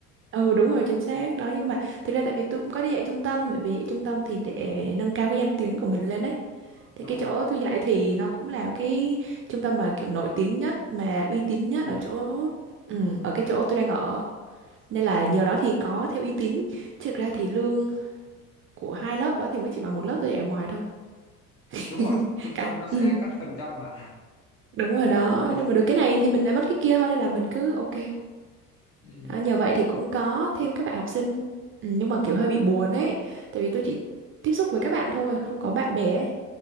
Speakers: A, on the right; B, on the left.
A: Ừ đúng rồi, chính xác. Đó nhưng mà thực ra tại vì tôi cũng có đi dạy trung tâm, bởi vì dạy trung tâm thì để nâng cao cái danh tiếng của mình lên đấy. Thì
B: Đúng
A: cái
B: rồi.
A: chỗ tôi dạy thì nó cũng là cái trung tâm mà kiểu nổi tiếng nhất mà uy tín nhất
B: Ừ,
A: ở chỗ ừ, ở cái chỗ tôi đang ở. Nên là nhờ đó thì có theo uy tín. Chứ Thực ra thì lương của hai lớp đó thì mới chỉ bằng một lớp tôi dạy ở ngoài thôi. <laughs>
B: đúng rồi. Trung
A: Cả.
B: tâm nó
A: Ừ.
B: sẽ cắt phần trăm mà.
A: đúng rồi đó
B: <laughs>
A: nhưng mà được cái này thì mình lại mất cái kia thôi nên là mình cứ ok
B: Ừ.
A: đó, nhờ vậy thì cũng có thêm các bạn học sinh ừ, nhưng mà kiểu hơi bị buồn ấy tại vì tôi chỉ tiếp xúc với các bạn thôi không có bạn bè ấy